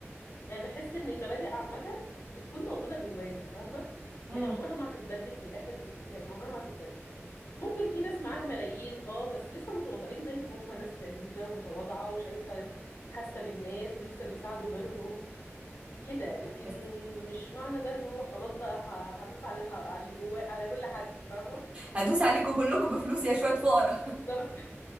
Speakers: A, on the left; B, on the right.
A: يعني بحس ان المبادئ عامه بتكون موجوده جوانا فاهمه
B: امم
A: يعني عمرها ما هتتبدل من الاخر يعني عمرها ما هتتبدل ممكن في ناس معاها ملايين اه بس لسه متواضعين زي ما هم ناس لذيذة ومتواضعة وشايفة حاسة بالناس ولسه بيساعدوا غيرهم كده لكن
B: بس
A: مش معنى ده ان هو خلاص بقى ه- هدوس على اللي ح- على اللي جواه على كل حد فاهمة
B: هدوس عليكم كلكم بفلوس يا شويه فقراء
A: بالظبط